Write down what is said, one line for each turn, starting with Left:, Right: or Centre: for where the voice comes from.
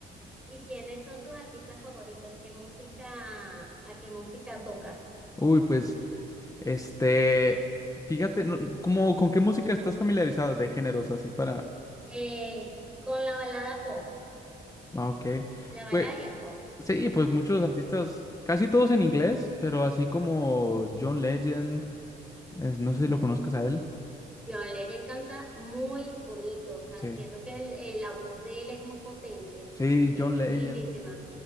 Centre: ¿Y quiénes son tus artistas favoritos? ¿Qué música, a qué música tocas?
Left: Uy, pues, este, fíjate, no- como, ¿con qué música estás familiarizada de géneros así para...
Centre: Eh, con la balada pop.
Left: Ah, Ok,
Centre: La balada
Left: pues
Centre: y el pop.
Left: sí, pues muchos artistas, casi todos en inglés, pero así como John Legend, es- no sé si lo conozcas a él.
Centre: John Legend canta muy bonito, o sea,
Left: Sí.
Centre: siento que el- eh, la voz de él es muy potente,
Left: Sí,
Centre: eh,
Left: John
Centre: es
Left: Legend.
Centre: lindísima.